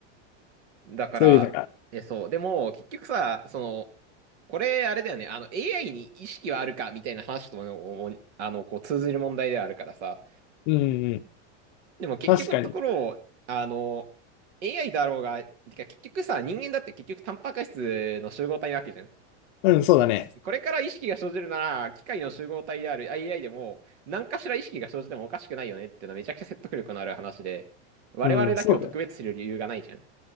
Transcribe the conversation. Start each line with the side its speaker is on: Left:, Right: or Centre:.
Right: う。だから、
Left: そういうのが。
Right: え、そう。でも、結局さ、その、これ、あれだよね、あの、AI に意識はあるか、みたいな話とも、おあの、こう、通ずる問題ではあるからさ。
Left: うんうん。
Right: でも、結局のところ、
Left: 確かに。
Right: あの、AI だろうが、てか、結局さ、人間だって結局、タンパク質の集合体なわけじゃん。
Left: うん、そうだね。
Right: これから意識が生じるなら、機械の集合体である AI でも、何かしら意識が生じてもおかしくないよねっていうのはめちゃくちゃ説得力のある話で、我々だけを特別視する理由がないじゃん。
Left: うん、そうだよ。